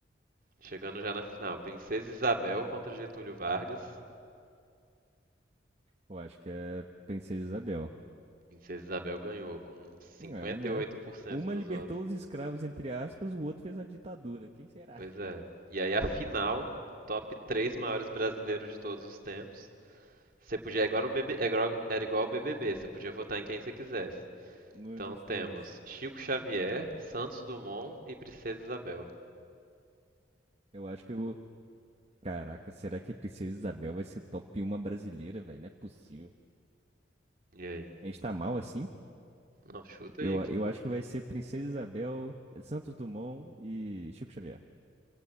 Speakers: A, on the right (about 50°); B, on the right (about 35°).
A: chegando já na final, Princesa Isabel contra Getúlio Vargas.
B: Eu acho que é Princesa Isabel.
A: Princesa Isabel ganhou com 58%
B: É, né? Uma
A: dos
B: libertou
A: votos.
B: os escravos, entre aspas, o outro fez uma ditadura. Quem será?
A: Pois
B: <laughs>
A: é. E aí a final, top 3 maiores brasileiros de todos os tempos. Você podia,
B: Não.
A: agora o BB, agora era igual ao BBB, você podia votar em quem você quisesse.
B: No
A: Então
B: dos
A: temos
B: três.
A: Chico Xavier, Santos Dumont e Princesa Isabel.
B: Eu acho que eu vou. Caraca, será que a Princesa Isabel vai ser top 1 brasileira, velho? Não é possível.
A: E aí?
B: A gente tá mal assim?
A: Não, chuta
B: Eu,
A: aí.
B: eu acho que vai ser Princesa Isabel, Santos Dumont e Chico Xavier.